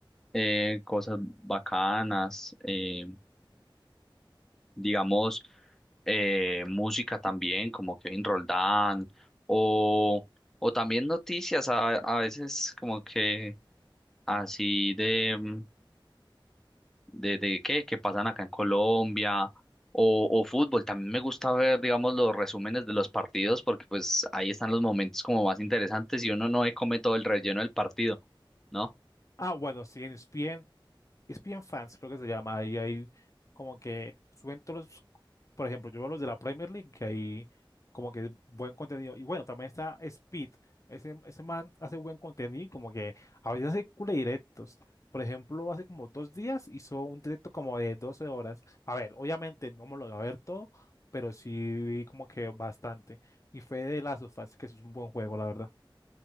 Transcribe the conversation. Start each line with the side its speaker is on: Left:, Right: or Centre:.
Centre: eh, cosas bacanas, eh, digamos, eh, música también, como Kevin Roldán, o, o también noticias, a, a veces como que así de, mm, de, de qué, que pasan acá en Colombia o, o fútbol. También me gusta ver, digamos, los resúmenes de los partidos porque pues ahí están los momentos como más interesantes y uno no se come todo el relleno del partido, ¿no?
Left: Ah, bueno, sí, en ESPN ESPN Fans, creo que se llama. Ahí hay como que suben todos los, por ejemplo, yo veo los de la Premier League, que hay como que buen contenido. Y bueno, también está Speed. Ese, ese man hace buen contenido, y como que a veces hace cule directos. Por ejemplo, hace como dos días hizo un directo como de 12 horas. A ver, obviamente no me lo voy a ver todo, pero sí vi como que bastante. Y fue de Last of Us, que es un buen juego, la verdad.